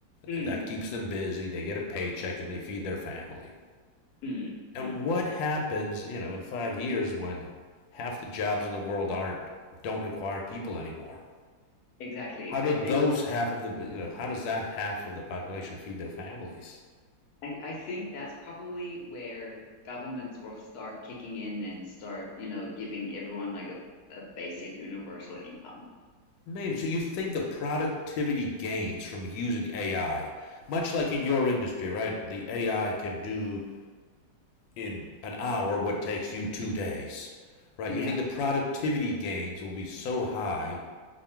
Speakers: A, on the left; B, on the left.
A: Mm,
B: That keeps them busy. They get a paycheck and they feed their family.
A: mm,
B: And
A: mm.
B: what happens you know in five years when half the jobs in the world aren't don't require people anymore?
A: Exactly.
B: How do
A: I
B: those
A: think
B: half of the you know how does that half of the population feed their families?
A: I, I think that's probably where governments will start kicking in and start, you know, giving everyone like a, a basic universal income.
B: Maybe so. You think the productivity gains from using AI, much like in your industry, right? The AI can do in an hour what takes you two days, right?
A: Yeah.
B: You think the productivity gains will be so high